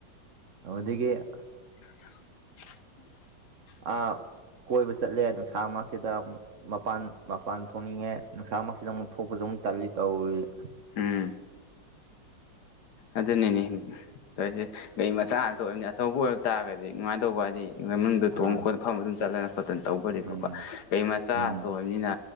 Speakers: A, on the right; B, on the left.
A: ꯑꯗꯨꯗꯒꯤ ꯑꯁ
B: <inaudible>
A: ꯑ ꯀꯣꯏꯕ ꯆꯠꯂꯦ ꯅꯨꯡꯁꯥꯃꯛꯁꯤꯗ ꯑꯃꯨꯛ ꯃꯄꯥꯟ ꯃꯄꯥꯟ ꯊꯣꯛꯅꯤꯡꯉꯦ ꯅꯨꯡꯁꯥꯃꯛꯁꯤꯗ ꯑꯃꯨꯛ ꯊꯣꯛꯄꯖꯨ ꯑꯃꯨꯛ ꯇꯜꯂꯤ ꯇꯧꯔꯤꯖꯦ
B: ꯎꯝ ꯑꯗꯨꯅꯤꯅꯦ ꯇꯧꯔꯤꯖꯦ ꯒꯥꯔꯤ ꯃꯆꯥ ꯉꯥꯛꯇꯥ ꯑꯣꯏꯕꯅꯤ ꯑꯆꯧꯕ ꯑꯣꯏꯔ ꯇꯥꯔꯒꯗꯤ ꯅꯨꯡꯉꯥꯏꯗꯧꯕ ꯍꯥꯏꯗꯤ ꯏ ꯃꯅꯨꯡꯗ
A: ꯑꯥ
B: ꯊꯣꯡ ꯈꯣꯠꯅ ꯐꯝ ꯑꯗꯨꯝ ꯆꯠꯂꯅ ꯈꯣꯠꯇꯅ ꯇꯧꯕ ꯑꯣꯢꯔꯗꯤ
A: ꯎꯝ
B: ꯐꯕ ꯀꯩ ꯃꯆꯥ
A: ꯎꯝ
B: ꯑꯣꯢꯕꯅꯤꯅ